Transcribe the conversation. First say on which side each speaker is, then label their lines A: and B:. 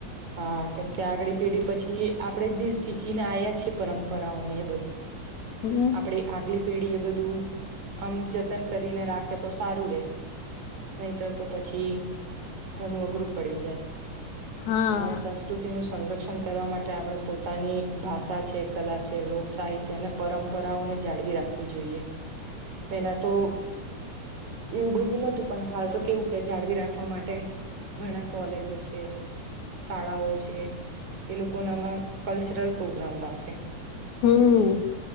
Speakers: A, on the right (about 60°); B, on the left (about 70°).
A: હા કેમકે આગળી પેઢી પછી આપણેે જે શીખીને આયા છીએ પરંપરાને બધું
B: હમ
A: આપડે આગલી પેઢી એ બધું આમ જ તન કરીને રાખે તો સારું રે નહીતર તો પછી ઘણું અઘરું પડી જાય. અને
B: હા
A: સંસ્કૃતિનું સુ સંરક્ષણ કરવા માટે આપડે પોતાની ભાષા છે કલા છે લોકસાહિત્ય અને પરંપરાઓને જાળવી રાખવી જોઈએ પેલા તો એવું બધું નતું પણ હાલ તો કેવું કે જાળવી રાખવા માટે ઘણા કોલેજો છે શાળાઓ છે એ લોકોના ના કલ્ચરલ પ્રોગ્રામ રાખે.
B: હમ.